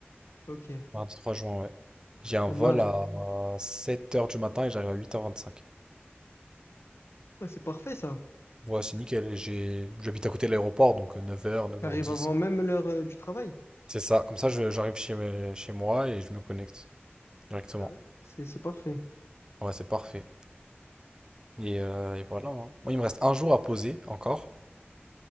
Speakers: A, on the left; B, on the right.
A: Ok.
B: Mardi 3 juin, ouais. J'ai un
A: Le
B: vol
A: mardi.
B: à sept heures du matin et j'arrive à huit heures vingt-cinq.
A: Ah, c'est parfait, ça.
B: Ouais, c'est nickel. Et j'ai, j'habite à côté de l'aéroport, donc euh, neuf heures neuf
A: T'arrives
B: heures dix
A: avant même l'heure euh, du travail.
B: C'est ça. Comme ça, je- j'arrive chez, mes- chez moi et je me connecte directement.
A: Ah ouais. C'est, c'est parfait.
B: Ouais, c'est parfait. Et, euh, et voilà. hein. Moi, il me reste un jour à poser encore.